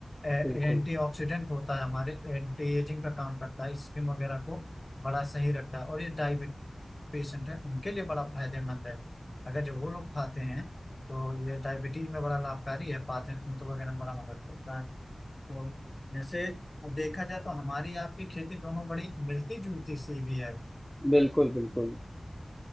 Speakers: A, on the left; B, in the centre.
A: एंटी
B: बिल्कुल।
A: ऑक्सीडेंट होता है हमारे एंटी एजिंग का काम करता है स्किन वगैरह को बड़ा सही रखता है और ये डायबिटीज पेशेंट है उनके लिए बड़ा फायदेमंद है अगर जब वो लोग खाते हैं तो ये डायबिटीज में बड़ा लाभकारी है पाचनतंत्र वगैरह में बड़ा मदद करता है तो जैसे देखा जाए तो हमारी आपकी खेती दोनों बड़ी मिलती जुलती सी भी है
B: बिल्कुल, बिल्कुल,